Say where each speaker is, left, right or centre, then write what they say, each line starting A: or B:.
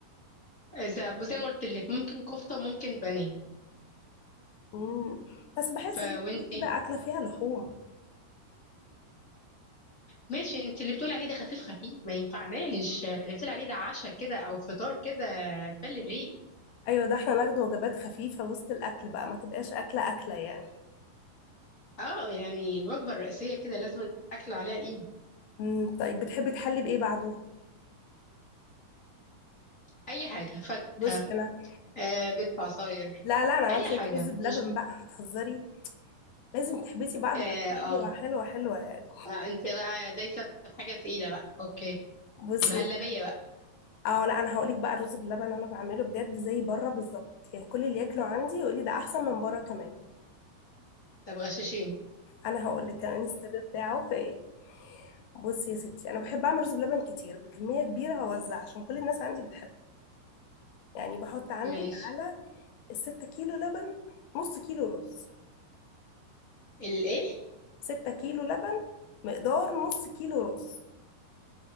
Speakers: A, on the left; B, on the left.
A: إذا زي ما قلت لك ممكن كفتة وممكن بانيه
B: مم. بس بحس
A: فوانتي
B: هي كده كده أكلة فيها لحوم
A: ماشي انت اللي بتقول عليه ده خفيف خفيف ما ينفعناش اللي بتقول عليه ده عشاء كده او فطار كده بل ريق
B: أيوة ده احنا ناخد وجبات خفيفة وسط الأكل بقى ما تبقاش أكلة أكلة يعني
A: اه يعني الوجبه الرئيسيه كده لازم اكل عليها قيمه
B: مم. طيب بتحبي تحلي بإيه بعده؟
A: اي حاجه فاكهه
B: بص أنا
A: آه بيض عصاير
B: لا لا أنا عملت
A: اي
B: شوية
A: حاجه
B: رز بلبن
A: مش
B: بقى هتهزري لازم تحبسي بعده
A: اه,
B: بحاجة
A: آه,
B: حلوة حلوة حلوة يعني
A: آه انت بقى دايسه في حاجه تقيله بقى اوكي
B: بصي
A: مهلبيه بقى
B: اه لا انا هقولك بقى الرز بلبن انا بعمله بجد زي بره بالظبط يعني كل اللي ياكله عندي يقولي ده احسن من بره كمان
A: طب غشاشين
B: انا هقول لك كمان السر بتاعه في ايه بصي يا ستي انا بحب اعمل رز بلبن كتير بكميه كبيره واوزع عشان كل الناس عندي بتحبه يعني بحط عندك
A: ماشي
B: على الستة كيلو لبن نص كيلو رز
A: الايه
B: ستة كيلو لبن مقدار نص كيلو رز